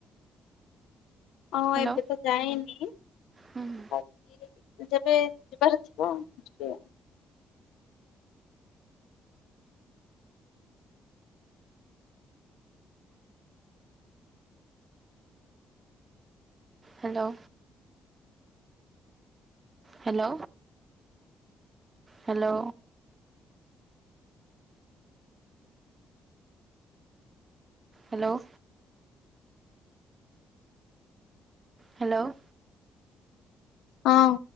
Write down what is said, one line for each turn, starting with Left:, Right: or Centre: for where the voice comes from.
Left: ହଁ
Right: ହ୍ୟାଲୋ।
Left: ଏବେ ତ ଯାଇନି
Right: ହୁଁ ହୁଁ।
Left: <unintelligible> ଯେବେ ଯିବାର ଥିବ ଯବି। ଆଉ।
Right: Hello. Hello hello. Hello. Hello.
Left: ହଁ।